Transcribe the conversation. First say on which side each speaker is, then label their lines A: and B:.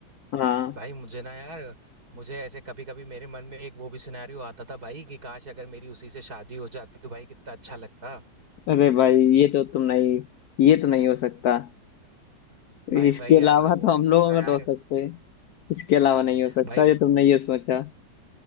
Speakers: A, on the left; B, on the right.
A: हाँ
B: भाई मुझे ना यार मुझे ऐसे कभी कभी मेरे मन में एक वो भी सिनेरियो आता था भाई कि काश अगर मेरी उसी से शादी हो जाती तो भाई कितना अच्छा लगता
A: अरे भाई ये तो तुम नहीं ये तो नहीं हो सकता
B: भाई
A: इसके
B: भाई यार
A: अलावा
B: ये
A: तो
B: हो नहीं
A: हम
B: सकता
A: लोग अगर
B: यार
A: हो सकते हैं। इसके अलावा नहीं हो सकता
B: भाई
A: ये तुमने ये सोचा